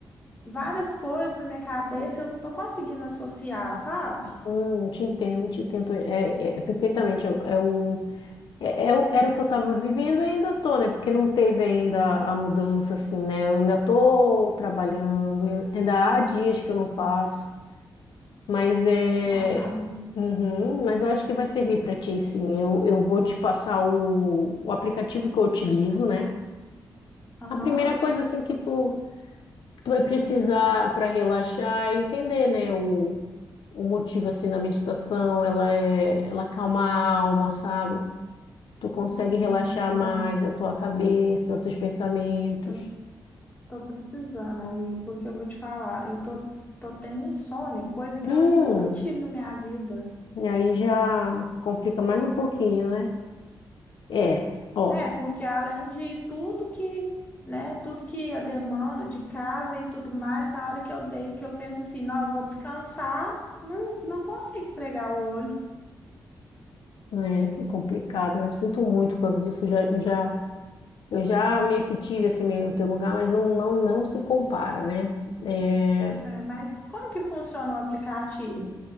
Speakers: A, on the left; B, on the left.
A: várias coisas na minha cabeça, eu não tô conseguindo associar, sabe?
B: Hum, te entendo, te entendo, é, é, é perfeitamente. Eu- É, o, é, é o- era o que eu estava vivendo e ainda tô, né? Porque não teve ainda a mudança, assim, né? Eu ainda tô trabalhando, ainda há dias que eu não faço. Mas é.
A: Nossa, amiga.
B: Uhum, mas eu acho que vai servir para ti, sim. Eu, eu vou te passar o, o aplicativo que eu utilizo, né?
A: Aham,
B: A primeira coisa, assim, que tu, que tu vai precisar para relaxar é entender, né? O, o motivo, assim, da meditação. Ela é, ela acalma a alma, sabe? Tu consegue
A: entendi.
B: relaxar
A: Nossa,
B: mais a tua cabeça, teus pensamentos.
A: eu Tô precisando, amigo, porque eu vou te falar, eu tô, tô tendo insônia, coisa que
B: Hum,
A: eu nunca tive na minha vida.
B: e aí já complica mais um pouquinho, né? É, ó.
A: É, porque além de tudo que, né, tudo que a demanda de casa e tudo mais, na hora que eu deito, que eu penso assim, não, eu vou descansar, não, não consigo pregar o olho.
B: É, é complicado, né? Eu sinto muito por causa disso. Eu já, eu já, eu já meio que tive assim meio no teu lugar, mas não, não, não se compara, né? É,
A: É, mas como que funciona o aplicativo?